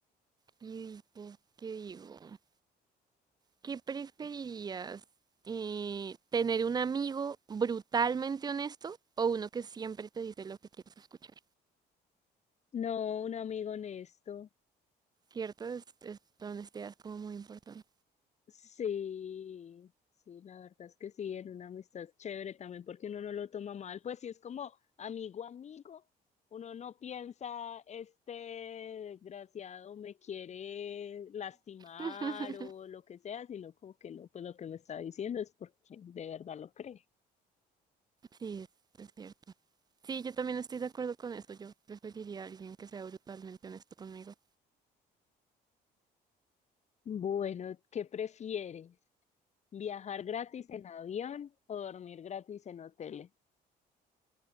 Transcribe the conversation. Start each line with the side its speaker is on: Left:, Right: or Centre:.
Right: ¿qué digo? ¿Qué digo? ¿Qué preferirías? Eh, ¿Tener un amigo brutalmente honesto o uno que siempre te dice lo que quieres escuchar?
Left: No, un amigo honesto.
Right: ¿Cierto? Es, es la honestidad es como muy importante.
Left: Sí, sí, la verdad es que sí, en una amistad chévere también porque uno no lo toma mal, pues sí es como amigo amigo, uno no piensa este desgraciado me quiere lastimar
Right: <laughs>
Left: o lo que sea, sino como que no, pues lo que me está diciendo es porque de verdad lo cree.
Right: sí, es, es cierto. Sí, yo también estoy de acuerdo con eso. Yo preferiría a alguien que sea brutalmente honesto conmigo.
Left: Bueno, ¿qué prefieres? ¿Viajar gratis en avión o dormir gratis en hoteles?